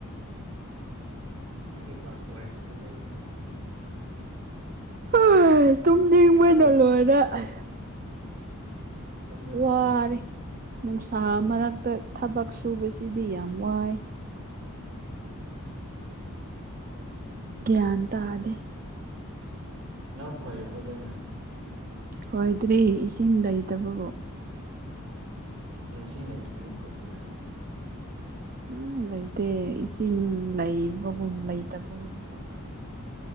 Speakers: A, on the right (about 65°); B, on the right (about 40°).
A: ꯅꯪꯒꯤ ꯄꯥꯁꯄꯣꯔꯠ ꯑꯁꯤꯗ ꯂꯩꯔꯤꯅꯤ
B: ꯑꯥ ꯇꯨꯝꯅꯤꯪꯕꯅꯥ
A: ꯊꯥꯎꯖꯟ
B: ꯂꯣꯏꯔꯦ ꯑꯥ
A: ꯇꯨꯝꯃꯣ
B: ꯋꯥꯔꯦ
A: ꯇꯨꯝꯃꯣ
B: ꯅꯨꯡꯁꯥ ꯃꯔꯛꯇ ꯊꯕꯛ ꯁꯨꯕꯁꯤꯗꯤ ꯌꯥꯝ ꯋꯥꯏ
A: ꯎꯝ
B: ꯒꯦꯌꯥ ꯇꯗꯦ
A: ꯂꯧ ꯈꯣꯏꯔꯕ ꯂꯣꯏꯅ
B: ꯍꯣꯏꯗ꯭ꯔꯤ ꯏꯁꯤꯡ ꯂꯩꯇꯕꯕꯨ
A: ꯑꯦ ꯏꯁꯤꯡ ꯂꯩꯇ꯭ꯔꯗꯤ ꯈꯣꯏꯕ ꯌꯥꯔꯦꯅ
B: ꯎꯝ ꯂꯩꯇꯦ ꯏꯁꯤꯡ ꯂꯩꯕꯒꯨꯝ ꯂꯩꯇꯕꯒꯨꯝ ꯇꯧꯕꯒꯤ